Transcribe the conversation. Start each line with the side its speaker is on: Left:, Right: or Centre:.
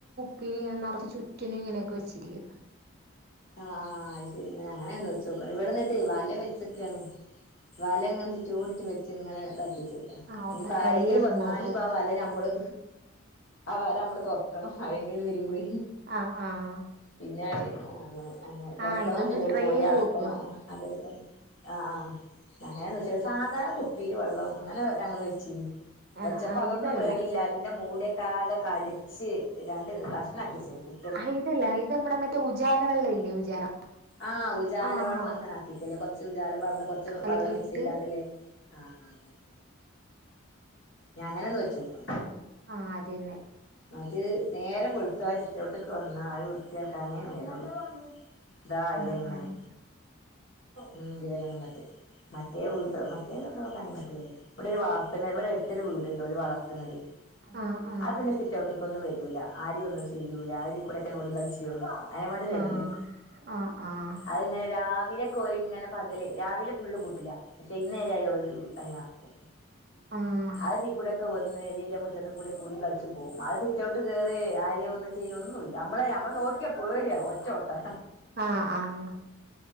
Right: പിന്നെ ഇങ്ങനെ നെറച്ച് ചുറ്റിനും ഇങ്ങനെയൊക്കെ വെച്ചിരിക്കും
Left: ആഹ് ശരി ഇനി അങ്ങനൊന്ന് വച്ച്നോക്കാം ഇവിടെന്നിട്ടെ വല വെച്ചേക്കാണ് വലങ്ങനെ ചുറ്റോടിറ്റും വെച്ചിങ്ങനെ ഇതാക്കി ഇനിയിപ്പ
Right: ആഹ് ഒന്ന് ട്രൈ
Left: ആരെങ്കിലും
Right: ചെയ്ത്
Left: വന്നാല്
Right: നോക്ക്
Left: ഇപ്പാ വലഞമ്മള് ആ വല മ്മള് തൊറക്കണം ആരെങ്കിലും വരുമ്പളെ
Right: ആഹ് ആഹ്
Left: പിന്ന ഉം തൊറക്കണം
Right: ആഹ് ഇതൊന്ന്
Left: പിന്നെ ഓര്
Right: ട്രൈ
Left: പോയ
Right: ചെയ്ത്
Left: അടക്കണം
Right: നോക്ക്
Left: അതെല്ലേ ആഹ് ആഹ് ഞങ്ങനെയന്ന് വെച്ചാൽ സാധകു- പ്പീല് വെള്ളോം അങ്ങനെ ഞങ്ങള് വെച്ചീനി വെച്ചപ്പൊ
Right: ആഹ് ആഹ്
Left: അതൊന്നും
Right: ഇതല്ല
Left: പേടില്ല അതിന്റെ മൂടെ കാതെ കടിച്ച് രണ്ട് കഷ്ണാക്കി വെച്ചേക്കുന്ന്
Right: ആഹ് ഇതില്ലേ ഇത് മ്മടെ മറ്റേ ഉജാല വെള്ളവില്ലേ ഉജാല
Left: ആഹ് ഉജാല
Right: ആഹ്
Left: വെള്ളം ഇങ്ങനെ ആക്കിട്ടല്ലെ കൊറച്ച് ഉജാല പറഞ്ഞ് കൊറച്ച്
Right: കലക്കിയിട്ട്
Left: വെള്ളം മിക്സ് ചെയ്താണ്ടല്ലേ ആഹ് ആഹ് ശരി ഇനി അങ്ങനൊന്ന് വെച്ചോക്കാം
Right: ആഹ് അതന്നെ
Left: അത് നേരം വെളുത്താൽ ഇങ്ങോട്ടേക്കു വന്നാൽ അത് വൃത്തി ആക്കാനേ നേരംയൊള്ളൂ ഇതാ ഇതിങ്ങനെ
Right: ആഹ് ആഹ്
Left: ഉം ദിതിങ്ങനെ ഇങ്ങട്ട്- മറ്റേ വീട്ട്ന്ന് <unintelligible> ഇങ്ങിട്ട് വ <unintelligible> രു ഇവിടെ ഒരു വളർത്തണ് ഇവിടെ എടുത്തൊരു വീടുണ്ട് ഓര് വളർത്തണത്
Right: ആഹ് ആഹ്
Left: ആ പിന്നെ- സിറ്റൗട്ട്ക്കൊന്നും വരൂല ആരേം ഒന്നും ചെയ്യൂല ആര് കുടെക്കെ ഓടി കളിച്ചൂള്ളൂ അയിനെ കൊണ്ട് ശല്യല്ല
Right: ആഹ് ആഹ് ആഹ്
Left: അതിങ്ങനെ രാവിലെ കോലിങ്ങനെ- പകല് രാവിലെ ഫുള്ള് കൂട്ടിലാ പക്ഷെ ഇന്നേരയാൽ ഒരു ടൈമേ ഇറക്കും
Right: ഉം
Left: അതീക്കൂടൊക്കെ വന്ന് ദേ ഇല്ല മുറ്റത്ത് കൂടെ കൂടി കളിച്ചും- അത് സിറ്റൗട്ടികേറി ആരേം ഒന്നും ചെയ്യും ഒന്നുംയില്ല നമ്മളെ നമ്മള് നോക്കിയാ പേടിയാ ഒറ്റ ഒട്ടം
Right: ആഹ് ആഹ്